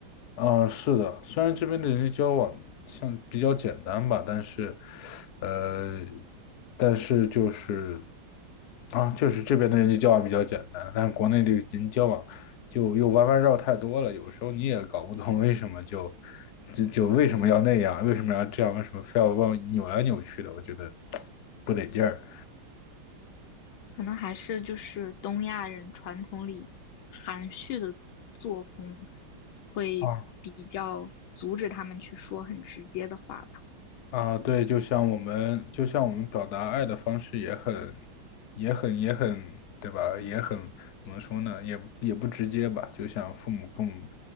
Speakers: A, on the left; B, on the left.
A: 呃，是的，虽然这边的人际交往像比较简单吧，但是，呃，但是就是啊，就是这边的人际交往比较简单，但是国内的人际交往就又弯弯绕太多了，有时候你也搞不懂为什么就就就为什么要那样，为什么要这样，为什么非要往扭来扭去的，我觉得 <tsk> 不得劲儿。
B: 可能还是就是东亚人传统里含蓄的作风会比较阻止他们去说很直接的话吧。
A: 啊。啊，对，就像我们，就像我们表达爱的方式也很，也很，也很，对吧？也很，怎么说呢？也不也不直接吧。就像父母跟我们，